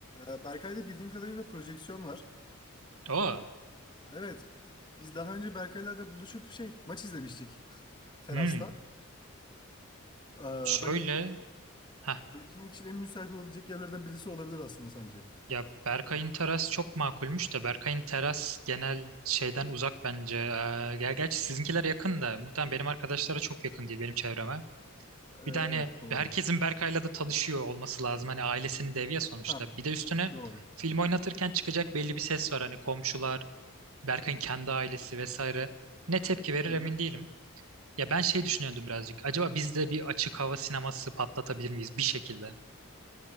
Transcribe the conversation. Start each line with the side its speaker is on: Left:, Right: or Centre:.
Left: e, Berkay'da bildiğim kadarıyla projeksiyon var.
Right: Oo.
Left: Evet. Biz daha önce Berkay'la da buluşup şey, maç izlemiştik <laughs> terasta.
Right: Hmm.
Left: E,
Right: Şöyle
Left: hani
Right: ha
Left: bu etkinlik için en müsait olabilecek yerlerden birisi olabilir aslında sanki.
Right: ya Berkay'ın teras çok makulmüş de Berkay'ın teras genel şeyden uzak bence. Ee, ger gerçi sizinkiler yakın da muhtemelen benim arkadaşlara çok yakın değil benim çevreme.
Left: E,
Right: Bir
Left: evet
Right: de hani
Left: doğru.
Right: herkesin Berkay'la da tanışıyor olması lazım. Hani ailesini deviye sonuçta.
Left: Ha,
Right: Bir de üstüne
Left: doğru.
Right: film oynatırken çıkacak belli bir ses var. Hani komşular Berkay'ın kendi ailesi vesaire ne tepki verir
Left: Hı
Right: emin
Left: hı.
Right: değilim. Ya ben şey düşünüyordum birazcık. Acaba biz de bir açık hava sineması patlatabilir miyiz bir şekilde?